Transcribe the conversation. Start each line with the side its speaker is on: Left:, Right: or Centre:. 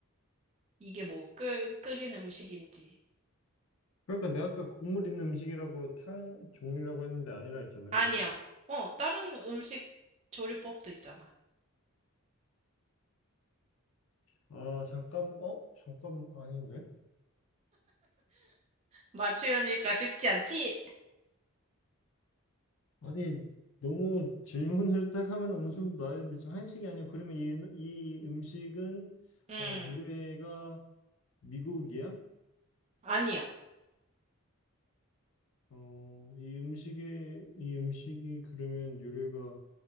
Right: 이게 뭐 끓, 끓인 음식인지.
Left: 그러니까 내가 아까 국물 있는 음식이라고 탕 종류라고 했는데 아니라 했잖아.
Right: 아니야.
Left: 그
Right: 어, 다른 음식 조리법도 있잖아.
Left: 아, 잠깐, 어? 잠깐, 아닌데?
Right: 맞추려니까 쉽지 않지?
Left: 아니, 너무 질문을 딱 하면 어느 정도 나야 되는데, 지금 한식이 아니고, 그러면 이, 은- 이 음식은,
Right: 음,
Left: 어, 노래가 미국이야?
Right: 아니야.
Left: 어, 이 음식의, 이 음식이 그러면 유래가